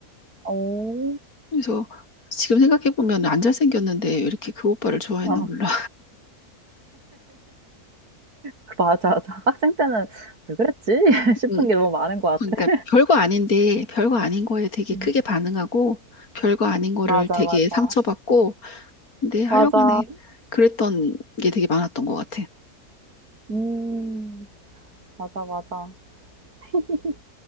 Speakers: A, on the right; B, on the left.
A: 어. <laughs>
B: 그래서 지금 생각해보면 안 잘생겼는데 왜 이렇게 그 오빠를 좋아했나
A: 아.
B: 몰라.
A: 그 맞아, 맞아. 학생 때는 '왜 그랬지?' <laughs>
B: <laughs>
A: 싶은
B: 응.
A: 게 너무 많은 것
B: 그러니까
A: 같아.
B: 별거 아닌데 별거 아닌 거에 되게
A: 음.
B: 크게 반응하고 별거 아닌 거를
A: 맞아,
B: 되게
A: 맞아.
B: 상처받고 근데 하여간에
A: 맞아.
B: 그랬던 게 되게 많았던 것 같아.
A: 음. 맞아, 맞아. <laughs>